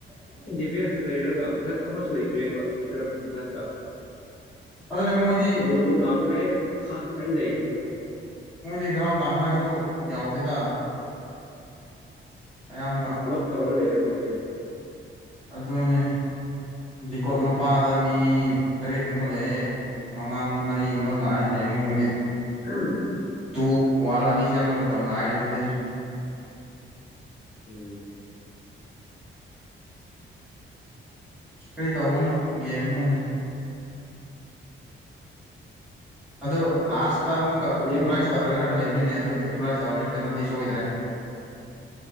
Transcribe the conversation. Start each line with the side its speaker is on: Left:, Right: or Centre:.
Left: ꯂ ꯗꯤꯐꯦꯟꯁꯇ ꯂꯩꯔꯒ ꯃꯊꯛꯇ ꯑꯃ ꯂꯩꯇ꯭ꯔꯦꯕ ꯁꯦꯟꯇꯔ ꯃꯊꯛꯇ
Centre: ꯑꯗꯨꯅ ꯃꯣꯏꯗꯤ
Left: ꯕꯜꯗꯣ ꯂꯥꯛꯄ ꯍꯦꯛ ꯃꯈꯥ ꯂꯥꯏ ꯂꯩꯒꯗꯕ
Centre: ꯃꯣꯏꯗꯤ ꯒ꯭ꯔꯥꯎꯟ ꯇꯪꯈꯥꯏꯁꯨ ꯌꯥꯎꯗꯦꯗ ꯑꯌꯥꯝꯕ
Left: ꯕ꯭ꯂꯣꯛ ꯇꯧꯔ ꯂꯩꯔꯦ ꯃꯣꯏꯗꯤ
Centre: ꯑꯗꯨꯅꯦ ꯗꯤꯀꯣꯠ ꯃꯄꯥꯗ ꯃꯤ ꯇꯔꯦꯠꯀꯨꯝꯕ ꯂꯩꯑꯦ ꯃꯃꯥꯡꯗ ꯃꯔꯤꯒꯨꯝꯕ ꯉꯥꯏꯔ ꯂꯩꯅꯤ ꯃꯣꯏꯗꯤ
Left: ꯑꯥ
Centre: ꯇꯨ ꯋꯥꯟ ꯑꯅꯤ ꯁꯦꯝ ꯑꯃꯔꯒꯛꯇ ꯉꯥꯏꯔꯤꯗꯨꯗꯤ
Left: ꯎꯝ
Centre: ꯀꯔꯤ ꯇꯧꯧꯕꯅꯤ ꯒꯦꯝꯅꯤꯅ ꯑꯣ ꯂꯥꯁꯇ ꯑꯃꯨꯛꯀ
Left: ꯂꯦꯡꯉꯣꯏ
Centre: ꯏꯀ꯭ꯋꯥꯂꯥꯏꯁ ꯇꯧꯔꯒ ꯂꯩꯕꯅꯤꯅꯦ ꯑꯦ ꯀ꯭ꯂ꯭ꯂꯥꯁ ꯊꯋꯥꯔꯅꯤ ꯄꯦꯅꯥꯜꯇꯤ ꯁꯣꯏꯗ꯭ꯔꯦ